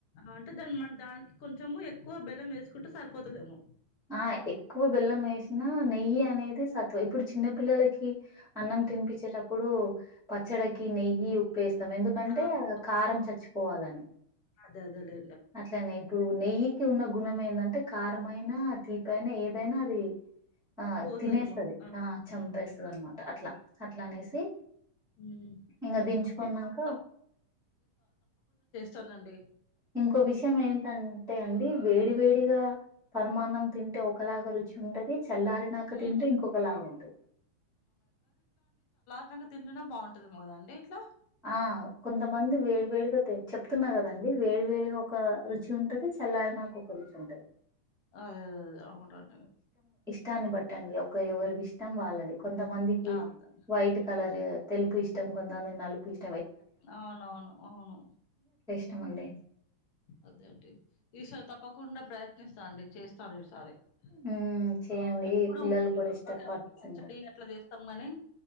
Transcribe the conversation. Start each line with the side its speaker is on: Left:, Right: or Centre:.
Left: అంటే దాని మన దానికి కొంచెము ఎక్కువ బెలం వేసుకుంటే సరిపోతాదేమో
Centre: ఆ ఎక్కువ బెల్లం వేసి నా నెయ్యి అనేది సత్వ ఇప్పుడు చిన్న పిల్లలకి అన్నం
Left: హ్మ్.
Centre: తినిపించేటప్పుడూ పచ్చడకి నెయ్యి ఉప్పేస్ ఎస్తాం ఎందుకంటే
Left: ఆ పప్పు
Centre: కారం చచ్చిపోవాలని
Left: అదే అదే లే
Centre: అట్లనే ఎక్కువ నెయ్యి కి ఉన్న గుణం ఎందంటే కారమైనా తీపైనా ఏదైనా అది ఆ
Left: పోతదేమో.
Centre: తినేస్తది ఆ చంపేస్తది
Left: హ్మ్. నాతో
Centre: అనమాట
Left: పాటు.
Centre: అట్లా అట్లా అనేసి
Left: హ్మ్.
Centre: ఇంగ దించుకున్నాంక,
Left: ఈసారి తనండీ
Centre: ఇంకో విషయం ఏంటంటే అండి వేడి వేడిగా పరమాన్నం తింటే ఒకలాగా రుచి ఉంటది. చల్లారినాకా
Left: హ్మ్.
Centre: తింటే ఇంకొక లాగ ఉంటది
Left: రినంక తింటేనే బాగుంటంది కదా అండి ఇట్లా
Centre: ఆ కొంతమంది వేడి వేడిగా చెప్తున్నా కదండి వేడి వేడిగా ఒక రుచి ఉంటది చల్లారి నాక ఒక రుచి ఉంటది.
Left: అదే అదదే అవునండి
Centre: టాన్ని బట్టండి ఒక ఎవరి ఇష్టం వాళ్ళది కొంతమందికి
Left: అదే.
Centre: వైట్ కలర్ తెలుపు ఇష్ టం కొంత మంది నలుపు ఇష్
Left: అవున్ అవును అవును
Centre: టమండి
Left: అదే అండి ఈసారి తప్పకుండా ప్రయత్నిస్తా అండి చేసి చదివిస్ ఆ
Centre: మ్మ్ చేయండి
Left: ఎప్పుడూ
Centre: పిల్లలు
Left: ఉట్టి
Centre: కూడా
Left: కొబ్బరికాయ
Centre: ఇష్టపడుతుంటారు
Left: పచ్చడి అట్లా చేసు తం కానీ